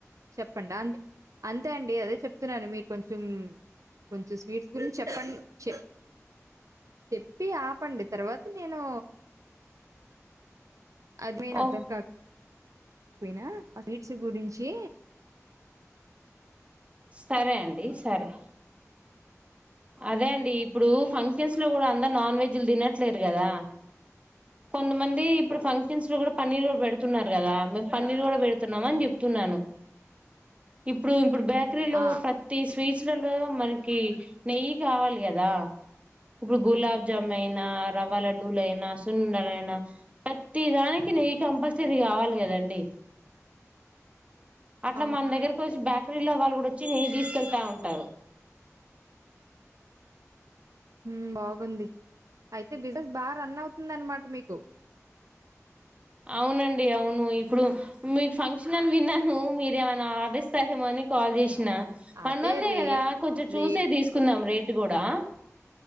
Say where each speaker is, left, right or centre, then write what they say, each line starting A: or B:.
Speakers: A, on the right; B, on the right.
A: చెప్పండి అంతే అంతే అండి అదే చెప్తున్నాను మీరు కొంచెం కొంచెం స్వీట్స్ గురించి చెప్పండి చెప్ చెప్పి ఆపండి తర్వాత నేను అది మెయిన్
B: ఓ
A: అర్థం కాదు అపోయినా ఆ సీట్స్ గురించీ
B: సరే అండి సరే అదే అండి ఇప్పుడు ఫంక్షన్స్ లో కూడా అందరు నాన్ వెజ్లు తినట్లేరు కదా కొంతమంది ఇప్పుడు ఫంక్షన్స్ లో కూడా పన్నీర్ కూడా పెడుతున్నారు కదా మేము పన్నీర్ కూడా పెడుతున్నాం అని చెప్తున్నాను ఇప్పుడు ఇప్పుడు బేకరీలో
A: ఆ
B: ప్రతి స్వీట్స్ లలో మనకి నెయ్యి కావాలి కదా ఇప్పుడు గులాబ్జాములు అయినా రవ్వ లడ్డూలు అయినా సున్నుండలైన ప్రతిదానికి నెయ్యి కంపల్సరీ కావాలి కదండి అట్లా
A: అవును
B: మన దగ్గర వచ్చి బ్యాకరీ లో వాళ్ళ కూడా వచ్చి నేయ్యి తీసుకెళ్తాఉం ఉంటారు
A: మ్... బాగుంది అయితే బిజినెస్ బాగా రన్ అవుతుంది అన్నమాట మీకు
B: అవునండి అవును ఇప్పుడు మీకు ఫంక్షన్ అని విన్నాను మీరేమైనా ఆర్డర్ ఇస్తారేమోని కాల్ చేషిన నా మనోళ్లె
A: అదే రేట్
B: కదా కొంచం చూసే
A: రేట్
B: తీసుకుందాం రేట్ గూడా